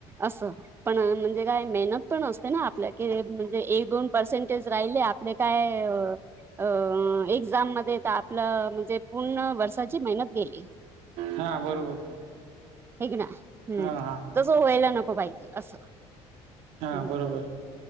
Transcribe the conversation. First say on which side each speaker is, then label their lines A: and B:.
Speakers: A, on the right (about 20°); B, on the right (about 75°).
A: असं. पण म्हणजे काय मेहनत पण असते ना आपल्या काय म्हणजे एक दोन पर्सेंटेज राहिले आपले काय. येव. अं एक्झाम मध्ये तर आपलं म्हणजे पूर्ण वर्षाची मेहनत गेली.
B: हा बरोबर.
A: हेकी ना हूं
B: हा हा हा
A: तसं व्हायला नको पाहिजे असं
B: हा
A: हूं.
B: बरोबर